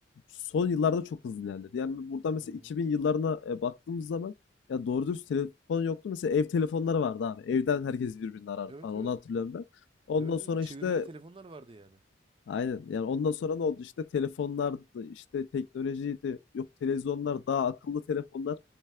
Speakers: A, on the left; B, on the right.
A: son yıllarda çok hızlı ilerledi. Yani burada mesela
B: Hı hı.
A: 2000 yıllarına e, baktığımız zaman ya doğru dürüst telefon yoktu. Mesela ev telefonları vardı abi. Evden herkes birbirini arardı
B: Evet
A: falan. Onu
B: evet.
A: hatırlıyorum ben. Ondan
B: Evet
A: sonra
B: evet. Çevirmeli
A: işte
B: telefonlar vardı yani.
A: aynen. Yani ondan sonra ne oldu? İşte telefonlardı, işte teknolojiydi. Yok televizyonlar, daha akıllı telefonlar,